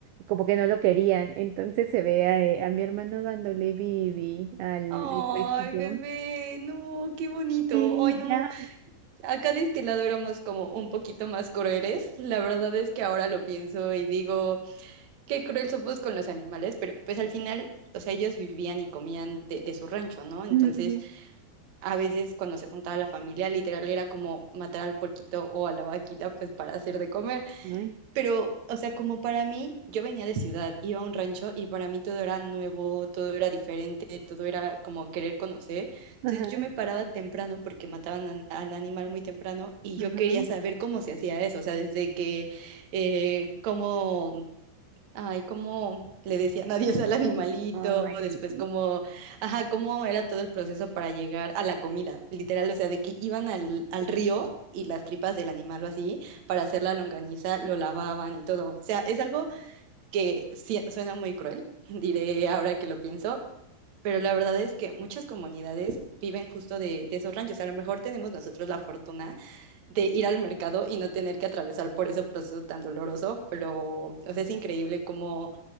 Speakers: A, on the right; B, on the right.
A: como que no lo querían. Entonces se ve a, eh, a mi hermano dándole bibi al...
B: Ay,
A: El puerquito.
B: bebé, no, qué bonito.
A: Sí,
B: Ay, no.
A: ya.
B: a cada destilado éramos como un poquito más crueles. La verdad es que ahora lo pienso y digo, qué cruel somos con los animales, pero pues al final, o sea, ellos vivían y comían de, de su rancho, ¿no? Entonces,
A: Ujú,
B: a veces cuando se juntaba la familia, literal era como matar al porquito o a la vaquita, pues para hacer de comer.
A: ujú. Ay,
B: Pero, o sea, como para mí, yo venía de ciudad, iba a un rancho y para mí todo era nuevo, todo era diferente, todo era como querer conocer. Entonces
A: Ajá,
B: yo me paraba temprano porque mataban an- al animal muy temprano y yo
A: ajá.
B: quería saber cómo se hacía eso, o sea, desde que, eh, cómo Ay, cómo le decían adiós al animalito,
A: ay.
B: después cómo, ajá, cómo era todo el proceso para llegar a la comida, literal, o sea, de que iban al, al río y las tripas del animal o así, para hacer la longaniza, lo lavaban y todo. O sea, es algo que sí suena muy cruel, <laughs> diré ahora que lo pienso, pero la verdad es que muchas comunidades viven justo de, de esos ranchos. A lo mejor tenemos nosotros la fortuna de ir al mercado y no tener que atravesar por ese proceso tan doloroso, pero, o sea, es increíble cómo